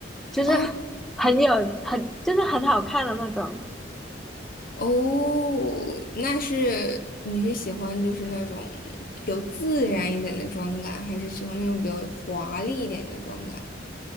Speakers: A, in the centre; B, on the left.
A: 就是
B: 哦
A: 很有很就是很好看的那种。
B: 哦，那是你是喜欢就是那种比较自然一点的妆感，还是喜欢那种比较华丽一点的妆感？